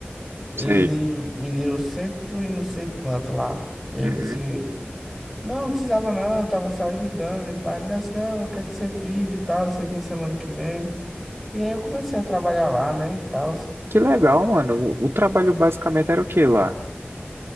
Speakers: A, in the centre; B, on the right (about 60°).
A: ele
B: sei.
A: me deu cento e não sei quanto lá. E aí
B: Uhum.
A: eu disse. Não, não precisava não, eu tava só ajudando. E o pai, não, não, eu quero que você fique e tal, você vem semana que vem. E aí eu comecei a trabalhar lá, né, e tal.
B: Que legal, mano. O o trabalho basicamente era o que lá?